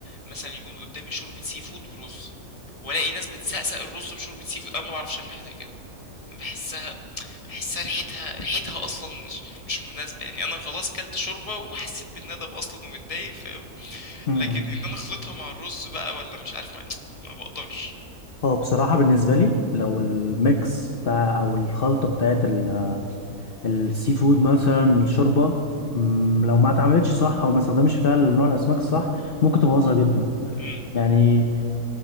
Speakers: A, on the left; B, on the left.
A: مثلا يكون قدامي شوربة سي فود ورز والاقي ناس بتسقسق الرز بشوربة سي فود انا ما بعرفش اعمل حاجة زي كده باحسها باحسها ريحتها ريحتها اصلا مش مش مناسبه يعني انا خلاص كلت شوربه وحسيت بالندم اصلا واتضايق فاهم
B: م-
A: لكن
B: م.
A: ان انا اخلطها مع الرز بقى ولا مش عارف مع... ما بقدرش
B: هو بصراحة بالنسبة لي لو الميكس بتاع أو الخلطة بتاعت ال- السي فود مثلا الشوربة مم، لو ما اتعملتش صح أو ما استخدمش فيها نوع الأسماك الصح ممكن تبوظها جدا
A: امم
B: يعني